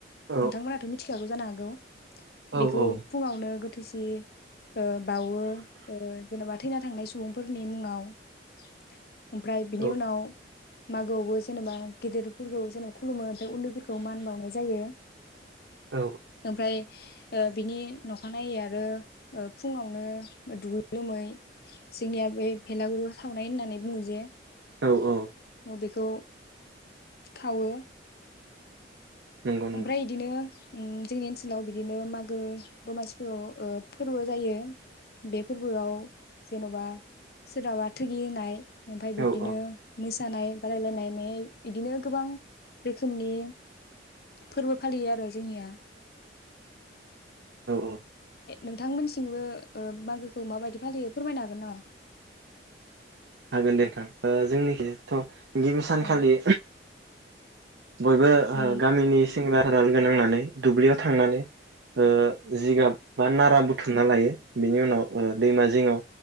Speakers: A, on the right; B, on the left.
A: औ
B: नोंथांमोनहाथ' मिथिखागौ जानो हागौ।
A: औ
B: बेखौ
A: औ
B: फुङावनो गत <inaudible> थिसि <unintelligible> ओ-बावो ओ जेन'बा थैना थांनाय सुबुंफोरनि मुङाव <unintelligible> ओमफ्राय बिनि
A: औ
B: उनाव मागोआवबो जेनेबा गिदिरफोरखौ जेनेबा खुलुमो ओमफ्राय उन्दैफोरखौ मान बाउनाय जायो
A: औ
B: ओमफ्राय ओ बिनि नखानायै आरो ओ फुङावनो दुगै लोमै जोंनिया बे भेलागुरु सावनाय होननानै बुङो जे अ
A: औ औ
B: बे खौ खावो
A: नंगौ नंगौ
B: ओमफ्राय इदिनो उम जोंनि ओनसोलाव बिदिनो मागो दमासिफोराव ओ फोरबो जायो बे फोरबोआव जेन'बा सोराबा थोगि होनाय ओमफाय बिदिनो
A: औ औ
B: मोस सानाय बादायलायनाय मे इदिनो गोबां रोखोमनि फोरबो फालियो आरो जोंनिया
A: औ औ
B: नोंथांमोनसि थिंबो ओ मागोखौ मा बायदि फालियो फोरमायनो हागोन नामा
A: हागोन दे नोंथां जोंनिखिथ' गिबि सानखालि
B: अ
A: बयबो हो
B: औ
A: गामिनि सेंग्रा फोरा लोगो नांनानै दुब्लियाव थांनानै ओ जिगाब बा नारा बुथुमना लायो बिनि उनाव ओ दैमा जिङाव